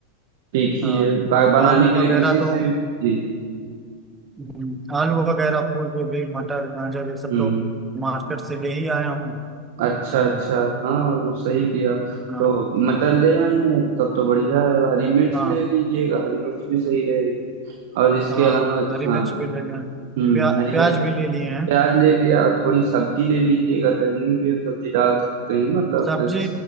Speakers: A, on the right; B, on the right.
A: ठीक ही
B: हाँ
A: है बा-
B: और
A: बनाने
B: आलू
A: के
B: वगैरह
A: लिए किसी से
B: तो
A: भी जी जी,
B: हम्म, आलू वगैरह फूलगोभी मटर गाजर ये सब
A: हम्म
B: तो मार्केट से ले ही आया हूँ
A: अच्छा
B: हम्म,
A: अच्छा हाँ और वो सही किया
B: हाँ
A: तो मटर ले आए हैं तब तो बढ़िया है हरी मिर्च
B: हाँ
A: ले लीजिएगा हरी मिर्च भी सही रहेगी और इसके
B: हाँ
A: अलावा
B: हरी
A: हाँ
B: मिर्च भी ले लिए हैं
A: हम्म
B: प्या,
A: हरी
B: प्याज
A: मिर्च
B: भी ले लिए हैं
A: प्याज ले लिया थोड़ी सब्जी ले लीजिएगा तहरी में भी हम सब्जी डाल सकते हैं मतलब
B: सब्जी
A: जैसे